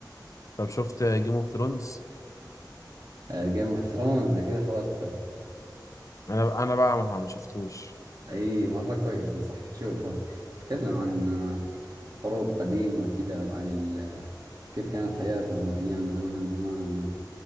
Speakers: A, on the left; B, on the right.
A: طب شفت جيم اوف ثرونز
B: جيم اوف ثرونز زي كذا حضرته
A: انا انا بقى ما ما شفتوش
B: أي مرة كويس أنصحك تشوفه يتكلم عن آه، حروب قديمة كذا وعن ال... كيف كانت حياتهم أيام زمان زمان